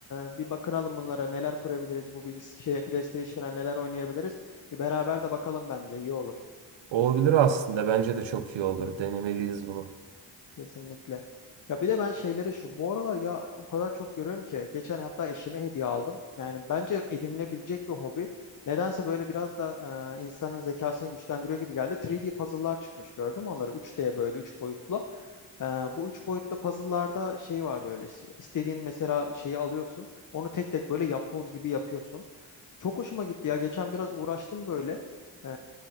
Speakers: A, on the left; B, on the right.
A: bir bakınalım bunlara neler kurabiliriz bu bilgis şey PlayStation'a neler oynayabiliriz. Bir beraber de bakalım bence iyi olur.
B: Olabilir aslında. Bence de çok iyi olur. Denemeliyiz bunu.
A: Kesinlikle. Ya bir de ben şeyleri şu bu aralar ya o kadar çok görüyorum ki geçen hatta eşime hediye aldım. Yani bence edinilebilecek bir hobi. Nedense böyle biraz da e, insanın zekasını güçlendiriyor gibi geldi. 3D puzzle'lar çıkmış gördüm onları 3D böyle 3 boyutlu. E, bu 3 boyutlu puzzle'larda şey var böyle işte istediğin mesela şeyi alıyorsun. Onu tek tek böyle yapboz gibi yapıyorsun. Çok hoşuma gitti ya. Geçen biraz uğraştım böyle. Ee,